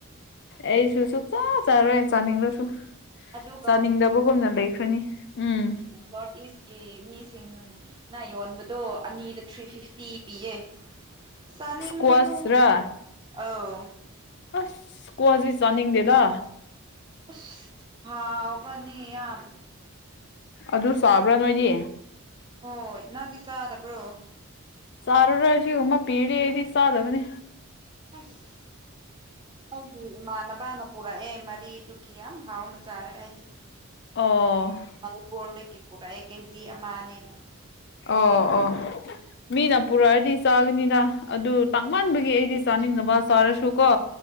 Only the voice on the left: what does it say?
ꯑꯩꯁꯨ ꯁꯨꯡ ꯆꯥ ꯆꯥꯔꯣꯏ ꯆꯥꯅꯤꯡꯔꯁꯨ
ꯆꯥꯅꯤꯡꯗꯕꯒꯨꯝꯅ ꯂꯩꯈ꯭ꯔꯅꯤ ꯎꯝ
ꯏꯁꯀ꯭ꯋꯥꯁꯔꯥ
ꯑꯁ ꯢꯁꯀ꯭ꯋꯥꯁ ꯇꯤ ꯆꯥꯅꯤꯡꯗꯦꯗ꯫
ꯑꯗꯨ ꯆꯥꯕ꯭ꯔꯥ ꯅꯣꯏꯗꯤ꯫
ꯆꯥꯔꯔꯣꯏ ꯑꯁꯤ ꯒꯨꯝꯕ ꯄꯤꯔꯗꯤ ꯑꯩꯗꯤ ꯆꯥꯗꯕꯅꯤ꯫
ꯑꯣ
ꯑꯣ ꯑꯣ ꯃꯤꯅ ꯄꯨꯔꯛꯑꯗꯤ ꯆꯥꯒꯅꯤꯅ ꯑꯗꯨ ꯇꯥꯡꯃꯟꯕꯒꯤ ꯑꯩꯗꯤ ꯆꯥꯅꯤꯡꯗꯕ ꯆꯥꯔꯁꯨ ꯀꯣ